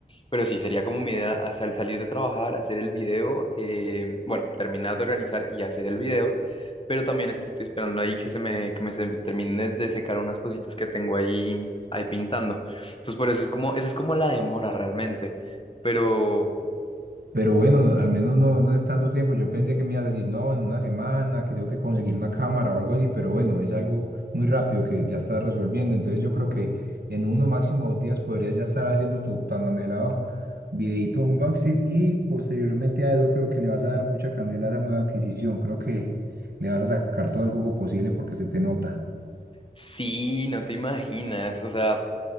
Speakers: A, on the left; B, on the right.
A: Pero sí, sería como mi idea as- al salir de trabajar, hacer el video, eh, bueno, terminar de organizar y hacer el video, pero también es que estoy esperando ahí que se me, que me, se me termine de secar unas cositas que tengo ahí, ahí pintando. Entonces, por eso es como, esa es como la demora realmente, pero
B: Pero bueno, no- al menos no, no es tanto tiempo. Yo pensé que me ibas a decir, no, en una semana, que tengo que conseguir una cámara o algo así, pero bueno, es algo muy rápido que ya estás resolviendo. Entonces yo creo que en uno máximo dos días podrías ya estar haciendo tu tan anhelado videito unboxing y posteriormente a eso creo que le vas a dar mucha candela a esa nueva adquisición. Creo que le vas a sacar todo el jugo posible porque se te nota.
A: sí, no te imaginas, o sea,